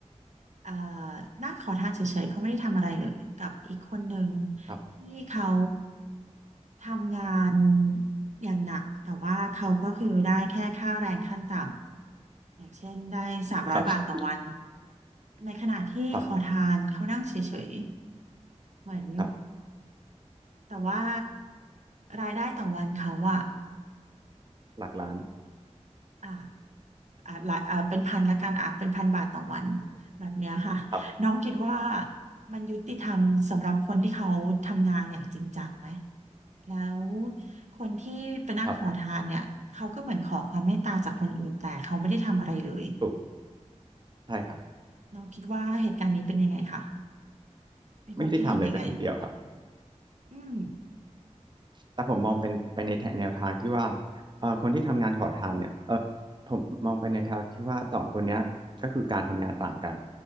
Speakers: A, on the right; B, on the right.
A: เอ่อนั่งขอทานเฉยๆ เขาไม่ได้ทำอะไรเลยกับอีกคนหนึ่ง
B: ครับ
A: ที่เขาทำงานอย่างหนัก แต่ว่าเขาก็คือได้แค่ค่าแรงขั้นต่ำ อย่างเช่นได้สามร้อยบาทต่อวัน
B: ครับ
A: ในขณะที่ขอทานเขานั่งเฉย
B: ครับ
A: ๆเหมือน
B: ครับ
A: แต่ว่ารายได้ต่อวันเขาอะ
B: หลักล้าน
A: อ่าอ่าหลายอ่าเป็นพันละกันอ่ะเป็นพันบาทต่อวันแบบเนี้ยค่ะน้องคิดว่า
B: ครับ
A: มันยุติธรรมสำหรับคนที่เขาทำงานอย่างจริงจังไหมแล้วคนที่ไปนั่งขอทานเนี่ยเขาก็เหมือนขอความเมตตาจากคนอื่นแต่เขาไม่ได้ทำอะไรเลย
B: ครับถูกใช่ครับ
A: น้องคิดว่าเหตุการณ์นี้เป็นยังไงคะมีความคิดเห็นยังไง
B: ไม่ยุติธรรมเลยสักนิดเดียวครับ
A: อืม
B: แต่ผมมองเป็นไปในแนวทางที่ว่าเอ่อคนที่ทำงานขอทานเนี่ยเออผมมองไปในแนวที่ว่าสองคนเนี้ยก็คือการทำงานต่างกัน